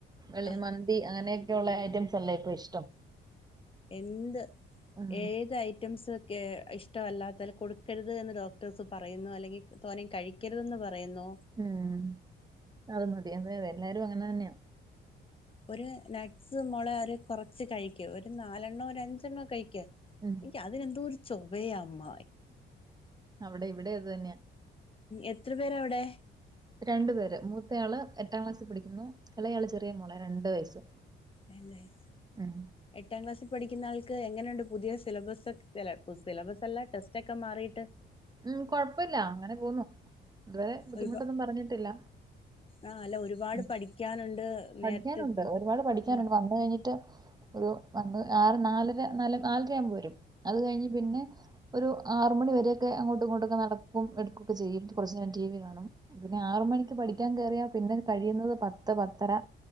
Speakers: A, on the right; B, on the left.
A: അല്ലേ
B: ആ
A: മന്തി അങ്ങനെയൊക്കെയുള്ള ഐറ്റംസ് അല്ലേ ഇപ്പം ഇഷ്ടം
B: എന്ത്
A: ഉം
B: ഏതായി ഐറ്റംസൊക്കെ ഇഷ്ടവല്ലാത്തൽ കൊടുക്കരുത് എന്ന് ഡോക്ടേഴ്സ് പറയുന്നു അല്ലെങ്കിൽ തോനെ കഴി ഴിക്കരുതെന്ന് പറയുന്നോ
A: ഉം അത് മതി അതെയെല്ലാരും അങ്ങനെ തന്നെയാ
B: ഒര് നട്ട്സ് മോളെ ഒരു കൊറച്ച് കഴിക്ക് ഒരു നാലെണ്ണോ ഒരഞ്ചെണ്ണോ കഴിക്ക്
A: ഉം
B: എനിക്കതിനെന്തോരു ചൊവയാമ്മ
A: അവിടെ ഇവിടെ അത് തന്നെയാ
B: എത്ര പേരാ അവിടെ?
A: രണ്ടുപേര് മൂത്തയാള് എട്ടാം ക്ലാസ്സിപഠിക്കുന്നു എളേയാള് ചെറിയ മോളാ രണ്ട് വയസ്സ്
B: ഇല്ലാ ഇല്ല
A: ഉം
B: എട്ടാക്ലാസ്സിൽ പഠിക്കുന്നാൾക്ക് എങ്ങനൊണ്ട് പുതിയ സിലബസൊക്കെ അല്ല സിലബസ്സ്‌ അല്ല ടെസ്റ്റ് ഒക്കെ മാറിട്ട്
A: ഉം കൊഴപ്പില്ലാ അങ്ങനെ പോന്നു ഇതുവരെ ബുദ്ധിമുട്ടൊന്നും
B: ഒരു
A: പറഞ്ഞിട്ടില്ല
B: ആ അല്ലാ ഒരുപാട്
A: ഉം
B: പഠിക്കാനുണ്ട് നേരത്തെ
A: പഠിക്കാനുണ്ട് ഒരുപാട് പഠിക്കാനുണ്ട്
B: ഉം
A: വന്ന് കഴിഞ്ഞിട്ട് ഒരു വന്ന് ആറ് നാലര നല് നാലരയാവുമ്പോവരും അത് കഴിഞ്ഞ് പിന്നെ ഒരു ആറുമണിവരെക്കെ അങ്ങോട്ടും ഇങ്ങോട്ടൊക്കെ നടക്കും എടുക്കുകൊക്കെ ചെയ്യും കൊറച്ചു നേരം ടിവി കാണും പിന്നെ ആറു മണിക്ക് പഠിക്കാൻ കേറിയാ പിന്നത് കഴിയുന്നത് പത്ത് പത്തര